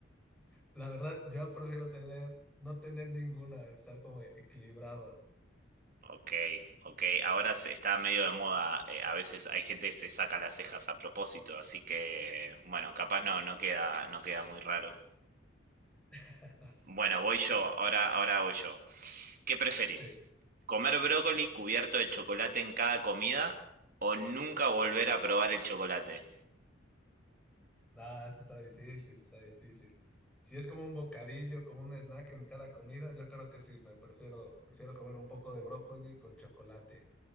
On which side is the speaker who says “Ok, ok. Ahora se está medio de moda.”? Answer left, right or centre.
Right